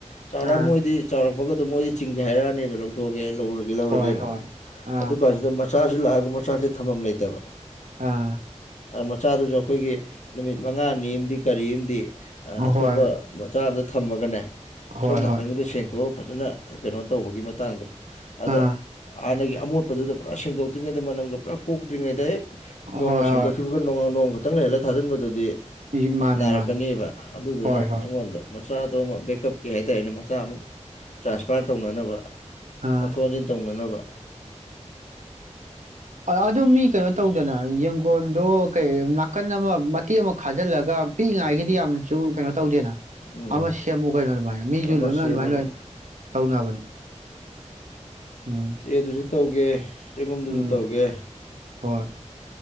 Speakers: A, on the left (about 75°); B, on the right (about 85°).
A: ꯆꯥꯎꯔꯥꯛ
B: ꯑꯥ
A: ꯃꯣꯏꯗꯤ ꯆꯥꯎꯔꯄ ꯊꯣꯛꯄꯗ ꯃꯣꯏꯗꯤ ꯆꯤꯡꯒ ꯍꯥꯏꯔꯛꯑꯅꯦꯕ ꯂꯧꯊꯣꯛꯑꯦ ꯂꯧꯔꯒꯦ ꯂꯧꯔꯒꯦꯅ
B: ꯍꯣꯏ ꯍꯣꯏ ꯑꯥ
A: ꯑꯗꯨ ꯀꯥꯟꯁꯤꯗ ꯃꯆꯥꯁꯤ ꯂꯥꯛꯑꯒ ꯃꯆꯥꯁꯦ ꯊꯝꯐꯝꯝ ꯂꯩꯇꯕ
B: ꯑꯥ
A: ꯃꯆꯥꯗꯨꯁꯨ ꯑꯩꯈꯣꯏꯒꯤ ꯅꯨꯃꯤꯠ ꯃꯉꯥꯅꯤ ꯑꯃꯗꯤ ꯀꯔꯤ ꯑꯃꯗꯤ ꯑꯇꯣꯞꯄ
B: ꯍꯣꯏ
A: ꯆꯥꯝꯗ ꯊꯝꯃꯒꯅꯦ
B: ꯍꯣꯏ
A: ꯁꯣꯝ ꯅꯥꯀꯟꯒꯤꯗꯣ
B: ꯍꯣꯏ
A: ꯁꯦꯡꯇꯣꯛꯑ ꯐꯖꯅ ꯀꯩꯅꯣ ꯇꯧꯕꯒꯤ ꯃꯇꯥꯡꯗꯣ ꯑꯗ
B: ꯑꯥ
A: ꯍꯅꯒ ꯑꯃꯣꯠꯄꯗꯨꯗ ꯄꯨꯔꯥ ꯁꯦꯡꯗꯣꯛꯇ꯭ꯔꯤꯉꯩꯗ ꯃꯅꯝꯒ ꯄꯨꯔꯥ ꯀꯣꯛꯇ꯭ꯔꯤꯉꯩꯗ ꯍꯦꯛ ꯅꯣꯡꯃ
B: ꯍꯣꯏ
A: ꯁꯦꯡꯗꯣꯛꯈꯤꯕꯒ
B: ꯍꯣꯏ
A: ꯅꯣꯡ ꯅꯣꯡꯃꯗ ꯀꯪꯍꯜꯂ ꯊꯥꯖꯤꯟꯕꯗꯨꯗꯤ
B: ꯏ ꯃꯥꯅꯦ
A: ꯅꯥꯏꯔꯛꯀꯅꯦꯕ
B: ꯃꯥꯅꯦ
A: ꯑꯗꯨꯗꯨꯅ
B: ꯍꯣꯏ ꯍꯣꯏ
A: ꯃꯆꯥꯗꯣ ꯑꯃ ꯕꯦꯛꯀꯞꯀꯤ ꯍꯥꯏꯇꯥꯔꯦꯅꯦ ꯃꯆꯥ ꯑꯃꯨꯛ ꯇ꯭ꯔꯥꯟꯁꯐꯥꯔ ꯇꯧꯅꯅꯕ
B: ꯑꯥ
A: ꯑꯣꯟꯠꯊꯣꯛ ꯍꯟꯁꯤꯟ ꯇꯧꯅꯅꯕ
B: ꯑꯗꯨ ꯃꯤ ꯀꯩꯅꯣ ꯇꯧꯗꯅ ꯌꯦꯡꯒꯣꯟꯗꯣ ꯀꯩ ꯅꯥꯀꯟ ꯑꯃ ꯃꯇꯦꯛ ꯑꯃ ꯈꯥꯖꯤꯜꯂꯒ ꯄꯤꯛꯏꯉꯥꯏꯒꯤꯗꯤ ꯌꯥꯝꯅꯁꯨ ꯀꯩꯅꯣ ꯇꯧꯗꯦꯅ
A: ꯎꯝ
B: ꯑꯃ ꯁꯦꯝꯃꯨ ꯀꯩꯅꯣ ꯑꯗꯨꯃꯥꯏꯅ ꯃꯤꯁꯨ
A: ꯑꯃ
B: ꯂꯣꯏꯅ
A: ꯁꯦꯝꯃꯒ
B: ꯑꯗꯨꯃꯥꯏꯅ ꯂꯣꯏ ꯇꯧꯅꯕꯅꯦ ꯎꯝ
A: ꯌꯦ ꯑꯗꯨꯁꯨ ꯇꯧꯒꯦ ꯆꯦꯡꯒꯨꯝꯗꯨꯁꯨ
B: ꯎꯝ
A: ꯇꯧꯒꯦ
B: ꯍꯣꯏ